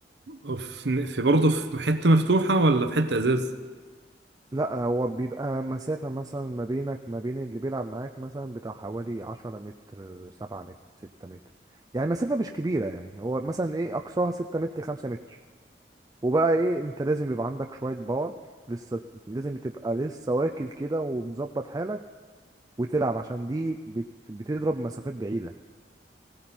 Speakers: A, on the right; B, on the right.
A: أو في في برضه في حته مفتوحه ولا في حته ازاز
B: لا هو بيبقى مسافة مثلا ما بينك ما بين اللي بيلعب معاك مثلا بتاع حوالي عشرة متر سبعة متر ستة متر يعني مسافة مش كبيرة يعني هو مثلا ايه أقصاها ستة متر خمسة متر وبقى ايه انت لازم يبقى عندك شوية باور لسه لازم تبقى لسه واكل كده ومظبط حالك وتلعب عشان دي بت... بتضرب مسافات بعيدة